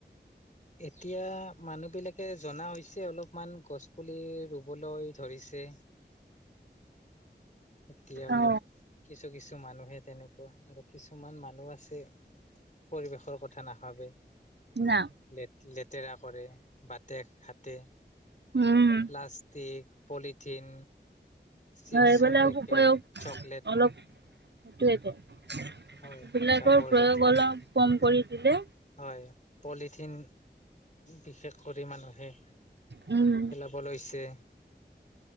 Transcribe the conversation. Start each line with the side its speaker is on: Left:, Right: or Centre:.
Left: এতিয়া মানুহ বিলাকে জনা হৈছে অলপমান গছ পুলি ৰুবলৈ ধৰিছে। এতিয়া অলপ
Right: অ
Left: কিছু, কিছু মানুহে তেনেকুৱা আৰু কিছুমান মানুহ আছে। পৰিৱেশৰ কথা নাভাবে।
Right: না।
Left: লে লেতেৰা কৰে বাটে ঘাতে।
Right: উম,
Left: পিলাষ্টিক পলিথিন। চিপছৰ
Right: এইবিলাক
Left: পেকেট
Right: উপৰিও
Left: চকলেট
Right: অলপ সেইটোৱেই ত সেইবিলাকৰ
Left: হয় জাবৰ
Right: প্ৰয়োগ
Left: জোথৰ
Right: অলপ কম কৰি দিলে।
Left: হয় পলিথিন বিশেষ কৰি মানুহে
Right: উম,
Left: বল হৈছে।